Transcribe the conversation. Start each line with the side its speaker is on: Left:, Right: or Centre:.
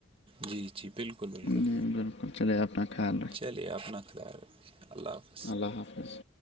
Right: جی جی بالکل بالکل
Left: جی بالکل چلے آ اپنا خال
Right: چلیے اپنا خد اللہ حافظ
Left: اللہ حافظ